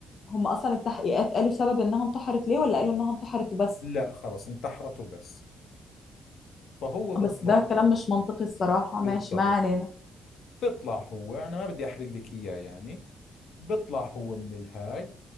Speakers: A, on the left; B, on the left.
A: هم اصلا التحقيقات قالوا سبب انها انتحرت ليه ولا قالوا انها انتحرت وبس
B: لا خلص انتحرت وبس فهو بيطلع
A: بس ده كلام مش منطقي الصراحة ماشي
B: بالضبط
A: ما علينا
B: بيطلع هو انا ما بدي احرق لك اياه يعني بيطلع هو من الهاي